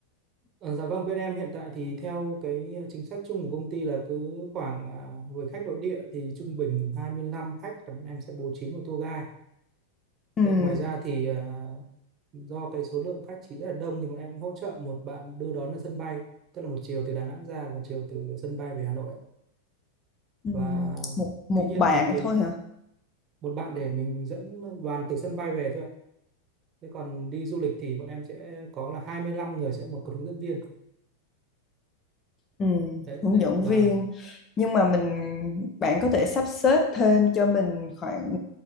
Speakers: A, on the right; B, on the left.
A: Ờ, dạ vâng bên em hiện tại thì theo cái à, chính sách chung của công ty là cứ khoảng à, với khách nội địa thì trung bình 25 khách là bọn em sẽ bố trí một tour guide
B: Ừm,
A: Đấy, ngoài ra thì à, do cái số lượng khách chỉ rất là đông thì bọn em cũng hỗ trợ một bạn đưa đón ở sân bay tức là một chiều từ Đà Nẵng ra một chiều từ sân bay về Hà Nội ạ.
B: ừm,
A: và
B: một một
A: tuy nhiên
B: bạn
A: thì cái
B: thôi hả?
A: một bạn để mình dẫn đoàn từ sân bay về thôi ạ thế còn đi du lịch thì bọn em sẽ có là 25 người sẽ một có hướng dẫn viên
B: Ừ,
A: đấy
B: hướng
A: đấy
B: dẫn
A: vâng
B: viên nhưng mà mình bạn có thể sắp xếp thêm cho mình khoảng